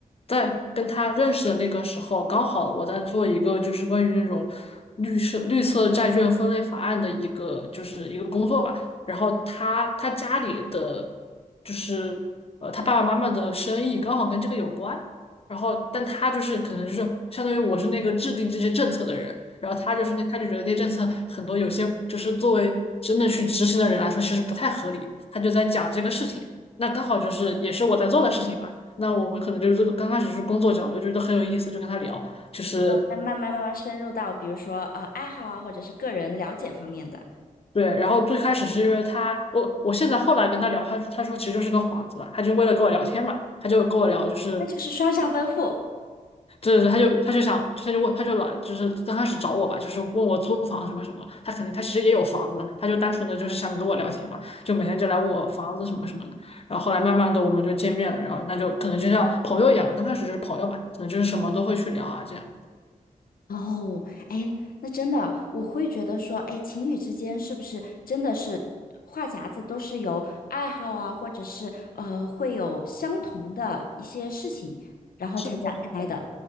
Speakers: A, on the left (about 40°); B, on the left (about 85°).
A: 在跟他认识的那个时候，刚好我在做一个就是关于那种绿色绿色债券分类法案的一个就是一个工作吧。然后他他家里的就是呃他爸爸妈妈的生意刚好跟这个有关。然后但他就是可能就是相当于我是那个制定这些政策的人，然后他就是那他就觉得那些政策很多有些就是作为真的去执行的人来说，其实不太合理。他就在讲这个事情。那刚好就是也是我在做的事情嘛。那我们可能就是最刚开始是工作交流，觉得很有意思，就跟他聊，就是
B: 那慢慢慢慢深入到，比如说呃爱好啊，或者是个人了解方面的，
A: 对。然后最开始是因为他，我我现在后来跟他聊，他他说其实就是个幌子吧，他就为了跟我聊天嘛，他就跟我聊就是。
B: 那就是双向奔赴。
A: 对对对，他就他就想，他就问，他就来，就是刚开始找我吧，就是问我租房什么什么。他肯定他其实也有房子，他就单纯的就是想跟我聊天嘛，就每天就来问我房子什么什么的。然后后来慢慢的我们就见面了，然后那就可能就像朋友一样，刚开始就是朋友嘛，可能就是什么都会去聊啊这样。
B: 哦，哎，那真的，我会觉得说，哎，情侣之间是不是真的是话匣子都是由爱好啊，或者是呃会有相同的一些事情，然后才展开的。
A: 是的，是的。